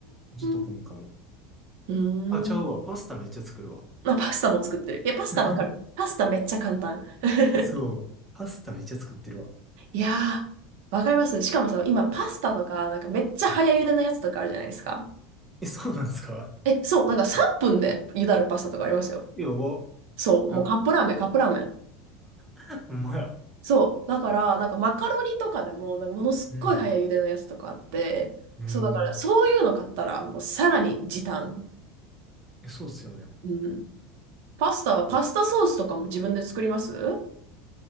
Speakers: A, in the centre; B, on the right (about 60°).
A: ずっと米かも。
B: ん。うーん。
A: あ、ちゃうわ。パスタめっちゃ作るわ。
B: まあ、パスタも作ってる。いや、パスタわかる。
A: <laughs>
B: パスタめっちゃ簡単。<laughs>
A: えそう。パスタめっちゃ作ってるわ。
B: いやー、わかりますしかもさ、今パスタとか、なんかめっちゃ早茹でのやつとかあるじゃないですか。
A: え、そうなんすか
B: え、そう、なんか3分で茹だるパスタとかありますよ。
A: やば。
B: そう、
A: はや
B: もうカップラーメン、カップラーメン。
A: <laughs> ほんまや。
B: そう、だから、なんかマカロニとかでも、なんかものすっごい早茹でのやつとかあって、
A: うん。へえ
B: そう、だからそういうの買ったら、もうさらに時短。
A: え、そうっすよね。
B: うん。パスタはパスタソースとかも自分で作ります